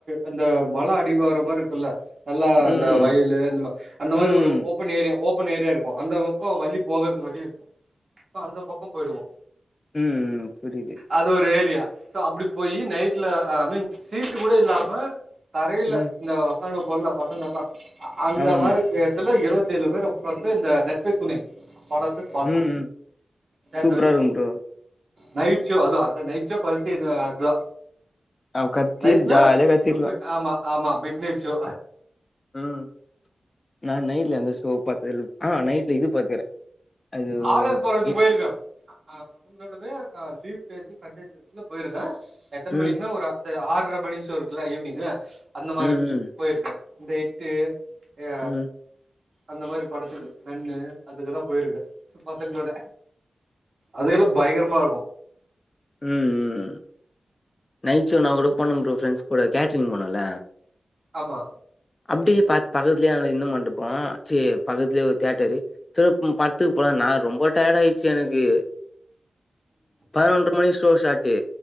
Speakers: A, on the right; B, on the left.
A: அந்த மல அடிவார மாரி இருக்குல்ல நல்லா அந்த
B: ம்
A: வயலு நம்ப அந்த மாரி
B: ம்
A: ஒரு ஓப்பன் ஏரியா ஓபன் ஏரியா இருக்கு அந்த பக்கோ வலி போகறதுக்கு வழி இருக்கு சோ அந்த பக்கோ போயிடுவோ
B: ம் புரியுது
A: அது ஒரு ஏரியா சோ அப்படி போயி நைட்ல ஐ மீன் சீட்டு கூட இல்லாம தரையில
B: ம்
A: இந்த உக்காந்துனு இருப்போல்ல பசங்கெல்லா அந்த
B: ஆமாமா
A: மாரி தியேட் ருல இருவத்தேழு பேர் உக்காந்து இந்த நட்பே துணை படத்த பாத்தோ
B: ம் ம்
A: தேட்ருல்ல
B: சூப்பரா இருக்கு ப்ரோ
A: நைட் ஷோ அது அந்த நைட் ஷோ ஃபஸ்ட் எனக்கு அதா
B: அவ கத்திரு
A: நைட்னா
B: ஜாலியா கத்திர்லா
A: ஆமா ஆமா மிட் நைட் ஷோ
B: ம் நா நைட்ல எந்த ஷோவு பாத்ததில்ல ஆ நைட்ல இது பாத்துக்கிறே அது
A: ஆறர் படத்துக்கு
B: இ
A: போயிருக்கே ஆ பசங்களோடவே லீவ் டேஸ்ல சண்டே டேஸ்ல போயிருக்கே எத்தன
B: ம்
A: மணிக்குனா ஒரு அந்த ஆர்ற மணி ஷோ இருக்குல்ல ஈவ்னிங்கு அந்த மாரி
B: ம் ம்
A: போயிருக்கே இந்த இட்டு ஏ
B: ம்
A: அந்த மாரி படத்துக்கு நன்னு அதுக்கெல்லா போயிருக்கே பசங்களோட அதுகளெல்லா பயங்கரமா இருக்கு
B: ம் ம் ம் நைட் ஷோ நா கூட போன ப்ரோ ஃப்ரெண்ட்ஸ் கூட கேட்ரிங் போனல்ல
A: ஆமா
B: அப்டியே பாத் பக்கத்துல அந்த இந்த மண்டபோ சீ பக்கத்துலயே ஒரு தேட்டரு திருப்புவு படதுக்கு போலான்னு நா ரொம்ப டயர்ட் ஆயிடுச்சு எனக்கு பதினொன்ற மணிக்கு ஷோ ஷாட்டு